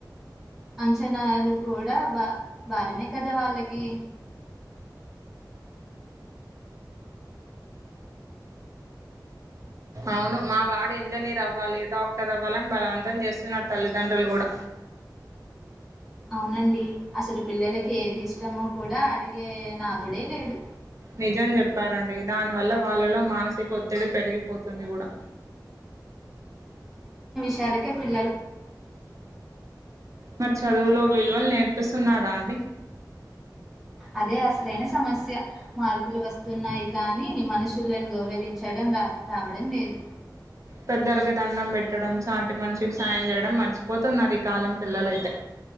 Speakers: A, in the centre; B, on the right.
A: అంచ నాలు కూడా బా భారమే కదా వాళ్ళకి
B: అవును మా వాడు ఇంజనీర్ అవ్వాలి డాక్టర్ అవ్వాలని బలవంతం చేస్తున్నారు తల్లిదండ్రులు లగూడ
A: అవునండి అసలు పిల్లలకి ఏది ఇష్టమో కూడా అడిగే నాథుడే లేడు
B: నిజం చెప్పారండి దాని వల్ల వాళ్ళలో మానసిక ఒత్తిడి పెరిగిపోతుంది కూడా
A: చాలే ప్ర <unintelligible>
B: మరి చదువులో విలువలు నేర్పిస్తున్నారా అ <inaudible>
A: అదే అసలైన సమస్య మార్కులు వస్తున్నాయి కానీ మనుషులను గౌరవించడం రా రావడం లేదు
B: పెద్దలకి దండం పెట్టడం చాటి మనిషికి సాయం చేయడం మర్చిపోతున్నారు ఈ కాలం పిల్లలైతే